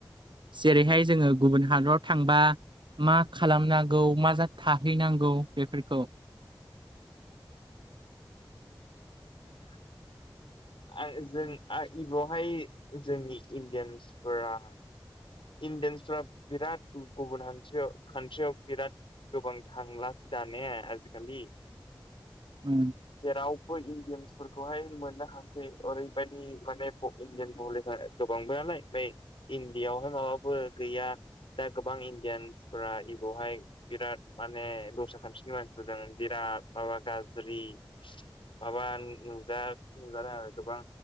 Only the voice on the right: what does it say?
जेरैहाय जोङो गुबुन हादराव थांबा मा खालामनांगौ मा जा थाहैनांगौ बेफोरखौ
उ।